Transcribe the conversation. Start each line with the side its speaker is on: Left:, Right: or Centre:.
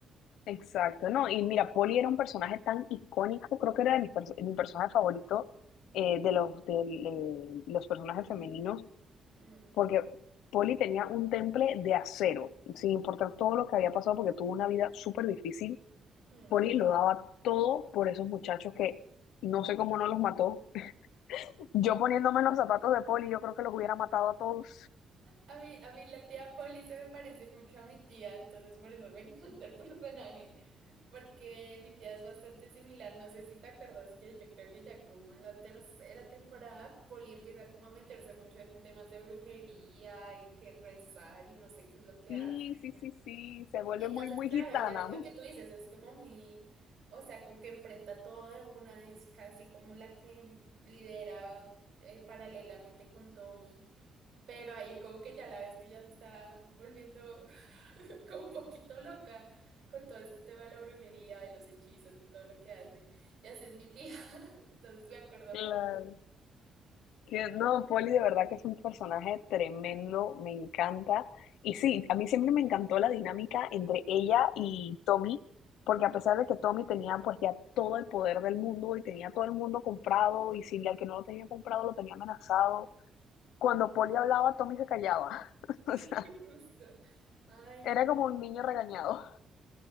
Left: Exacto, no, y mira, Polly era un personaje tan icónico, creo que era de mis perso- mi personaje favorito eh, de los, de los personajes
Right: La
Left: femeninos,
Right: familia. Mm,
Left: porque Polly tenía un temple de acero, sin importar todo lo que había pasado, porque tuvo una vida súper difícil.
Right: mm.
Left: Polly lo daba todo por esos muchachos que no sé cómo no los mató. <laughs> Yo poniéndome en los zapatos de Polly, yo creo que los hubiera matado a todos.
Right: A mí, a mí la tía Polly se me parece mucho a mi tía, entonces por eso me <laughs> encanta el personaje, porque mi tía es bastante similar. No sé si te acuerdas que yo creo que ya como en la tercera temporada, Polly empieza como a meterse mucho en temas de brujería y que rezar y no sé qué es lo que
Left: Sí,
Right: hace
Left: sí,
Right: ella.
Left: sí, sí, se vuelve
Right: Entonces,
Left: muy, muy
Right: claro,
Left: gitana,
Right: ella es lo
Left: ¿no?
Right: que tú dices, es como muy, o sea, como que enfrenta todo de una, es casi como la que lidera eh, paralelamente con Tommy. Pero ahí como que ya la ves que ya se está volviendo <laughs> como un poquito loca con todo este tema de la brujería, de los hechizos, de todo lo que hace. Y así es mi tía, <laughs> entonces me acuerda
Left: Claro.
Right: mucho.
Left: Que No, Poli de verdad que es un personaje tremendo, me encanta. Y sí, a mí siempre me encantó la dinámica entre ella y Tommy, porque
Right: Mm.
Left: a pesar de que Tommy tenía pues ya todo el poder del mundo y tenía todo el mundo comprado, y si al que no lo tenía comprado lo tenía amenazado, cuando Poli hablaba, Tommy se callaba. <laughs>
Right: <laughs>
Left: O sea,
Right: Justo. Ay,
Left: era
Right: no.
Left: como un niño regañado.